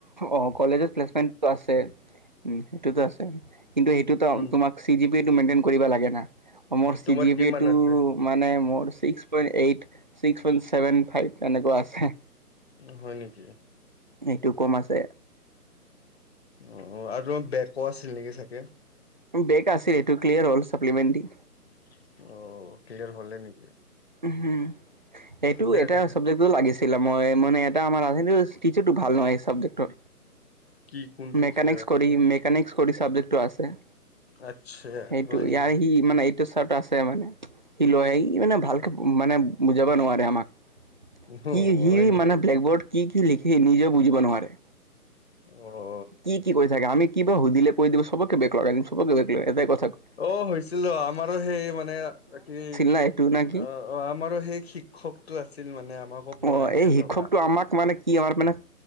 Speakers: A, on the right (about 30°); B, on the left (about 40°).
A: অ', কলেজত প্লেচমেনটো আছে উম, সেইটোতো আছে। কিন্তু সেইটোতাও
B: উম
A: তোমাক চি জি পি এটো মেইনটেইন কৰিব লাগে না, আৰু মোৰ চি
B: তোমাৰ
A: জি
B: কিমান
A: পিয়েটো
B: আছে
A: মানে মোৰ six point eight, six point seven five এনেকুৱা আছে।
B: হয় নেকি?
A: সেইটো কম আছে।
B: অ', আৰু তোমাৰ বেকো আছিল নেকি চাগে?
A: বেগ আছিল এইটো ক্লিয়াৰ হ'ল চাপ্লিমেণ্ট দি।
B: অ', ক্লিয়াৰ হলে নেকি?
A: উম, এইটো
B: ভালে
A: এটা
B: আছে দে
A: চাবজেক্ট তো লাগিছিলে মই মানে এটা আমাৰ <unintelligible> টিচাৰটো ভাল নহয় এই চাবজেক্টৰ।
B: কি কোনটো
A: মেকানিক্স
B: চিকাৰ আছিলে
A: কৰি, মেকানিক্স কৰি চাবজেক্টো আছে।
B: আচ্ছা
A: সেইটো
B: হয় নেকি
A: ইয়াৰ সি মানে এই তো চাৰ্ট আছে মানে। সি লৈয়েই ই মানে ভালকে মানে বুজাব নোৱাৰে আমাক।
B: অ
A: কি সি
B: হয় নেকি
A: মানে ব্লেকবৰ্ড কি কি লিখি নিজেও বুজিব নোৱাৰে।
B: অ'।
A: কি কি কৰি থাকে, আমি কিবা সুধিলে কৈ দিব চবকে বেক লগাই দিম, চবকে বেক লগাই দিম এটাই কথা
B: অ', হৈছিলো আমাৰো সেই মানে কি
A: নাইটো নাক
B: অ', অ', আমাৰো সেই শিক্ষকটো আছিল মানে আমাকো পঢ়াইছিল।
A: অ এই শিক্ষকটো
B: ৰবা
A: আমাক মানে কি আমাৰ মানে,